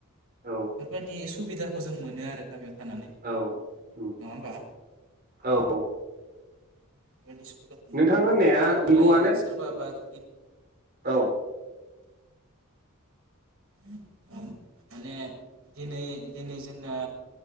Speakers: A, on the right; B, on the right.
A: औ
B: बेफोरबायदि सुबिदाखौ जों मोनो आरो। गामियाव थानानै
A: औ उम
B: नङा होमबा
A: औ औ।
B: <unintelligible> मोनो
A: नोंथां होननाया
B: हेफाजाब होलायो
A: नंगौआनो।
B: सोरबाबा जुदि
A: औ।
B: <unintelligible> माने दिनै दिनै जोंना